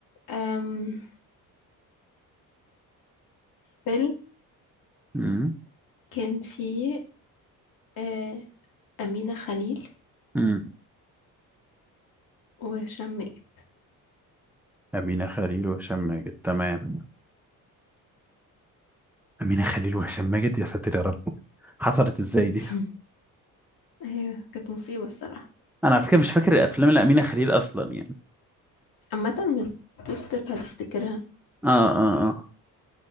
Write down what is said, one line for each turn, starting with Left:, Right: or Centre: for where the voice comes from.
Left: أم... فيلم
Centre: أمم،
Left: كان فيه أه... أمينة خليل
Centre: أمم.
Left: وهشام ماجد
Centre: أمينة خليل وهشام ماجد تمام أمينة خليل وهشام ماجد يا ساتر يا رب حصلت إزاي دي؟
Left: <laughs> ايوه كانت مصيبة الصراحة
Centre: أنا على فكرة مش فاكر الأفلام لأمينة خليل أصلا يعني
Left: عامة من البوستر هتفتكرها
Centre: آه آه آه,